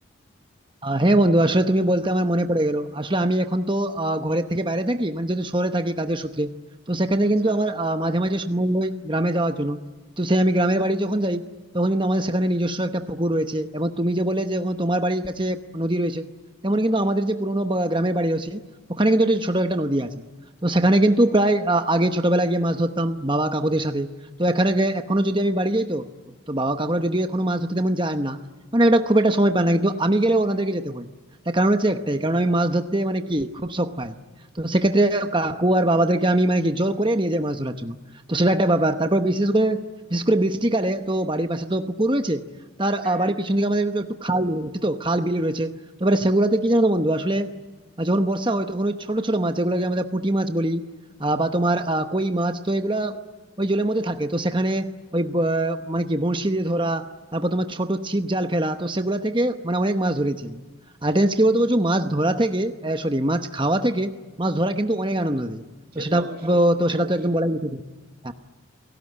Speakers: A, on the right; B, on the right.
A: আহ হ্যাঁ বন্ধু আসলে তুমি বলতে আমার মনে পড়ে গেল আসলে আমি এখন তো আহ, ঘরের থেকে বাইরে থাকি মানে যেহেতু শহরে থাকি কাজের সূত্রে তো সেখানে
B: আচ্ছা
A: কিন্তু আমার আহ, মাঝে মাঝে সময় হয় গ্রামে যাওয়ার জন্য তো সেই আমি গ্রামের বাড়ি যখন যাই তখন কিন্তু আমাদের সেখানে নিজস্ব একটা পুকুর রয়েছে এবং তুমি যে বলে যে ওখানে তোমার বাড়ির কাছে নদী রয়েছে তেমন কিন্তু আমাদের যে পুরোনো বা- গ্রামের বাড়ি রয়েছে ওখানে কিন্তু একটা ছোট একটা নদী আছে তো সেখানে কিন্তু প্রায় আহ, আগে ছোটবেলায় গিয়ে মাছ ধরতাম বাবা কাকুদের সাথে তো এখানে গে- এখনো যদি আমি বাড়ি যাই তো তো বাবা কাকুরা যদিও এখনো মাছ ধরতে তেমন যায় না মানে এটা খুব একটা সময় পায় না কিন্তু আমি গেলে ওনাদেরকে যেতে হয় তার কারণ হচ্ছে একটাই কারণ আমি মাছ ধরতে মানে কি খুব শখ পাই তো সেক্ষেত্রে কাকু আর বাবাদেরকে আমি মানে কি জোর করে নিয়ে যাই মাছ ধরার জন্য তো সেটা একটা ব্যাপার তারপর বিশেষ করে বিশেষ করে বৃষ্টিকালে তো বাড়ির পাশে তো পুকুর রয়েছে তার
B: হ্যাঁ
A: আহ,
B: হ্যাঁ
A: বাড়ির পিছন দিকে আমাদের একটু একটু খাল রয়েছে তো খাল বিল রয়েছে তো এবারে সেগুলাতে কি জানো তো বন্ধু আসলে আহ, যখন বর্ষা হয় তখন ওই ছোট ছোট মাছ যেগুলোকে আমরা পুঁটি মাছ বলি আহ, বা তোমার আহ, কই মাছ তো এগুলা ওই জলের মধ্যে থাকে তো সেখানে ওই ব- মানে কি বঁড়শি দিয়ে ধরা তারপর তোমার ছোট ছিপ জাল ফেলা তো সেগুলা থেকে মানে অনেক মাছ ধরেছি আমি আর টেন্স কি বলতো বলছো মাছ ধরা থেকে সরি মাছ খাওয়া থেকে মাছ ধরা কিন্তু অনেক আনন্দ দেয়
B: সে
A: তো সেটা
B: তো অবশ্যই সে
A: তো
B: তো
A: সেটা
B: অবশ্যই
A: তো একদম বলাই যেতে পারে। হ্যাঁ,